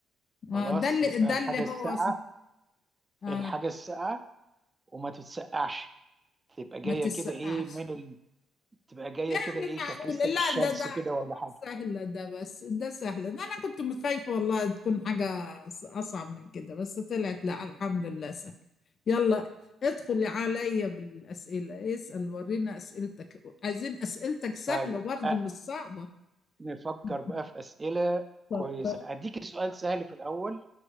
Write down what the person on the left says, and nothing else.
آه
ده اللي
ده
اللي
هو ص- آه
ما تتسقعش
يعني
معقول
لا
ده ده عقبات
سهلة ده بس ده سهلة ده أنا كنت متخايفة والله تكون حاجة أص- أصعب من كده بس طلعت لا الحمد لله سهل يلا ادخلي عليا بالأسئلة اسأل ورينا أسئلتك عايزين أسئلتك سهلة
برضه
مش صعبة
يعني
فكر